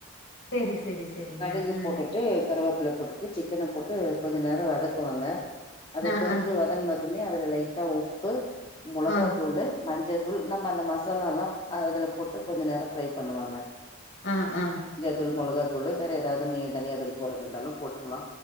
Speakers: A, on the left (about 65°); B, on the left (about 25°).
A: செரி செரி செரிங்க
B: கடுகு
A: ஆ
B: போட்டுட்டு கருவேப்பில போட்டுட்டு சிக்கன போட்டு கொஞ்ச நேரோ வதக் குவாங்க
A: போட்டு
B: அது
A: ஆ
B: கொஞ்சோ
A: ஆ
B: வதங்குனதுமே அதுல லைட்டா உப்பு மொளகா
A: ஆ
B: தூளு மஞ்ச தூள் நம்ம அந்த மசாலால்லா அ அதுல போட்டு கொஞ்ச நேரோ ஃப்ரை பண்ணுவாங்க
A: அ அ
B: தூள் மொளகா தூளு வேற ஏதாவது நீங்க தனியா தூள் போடறதா இருந்தாலு போட்டுக்கலா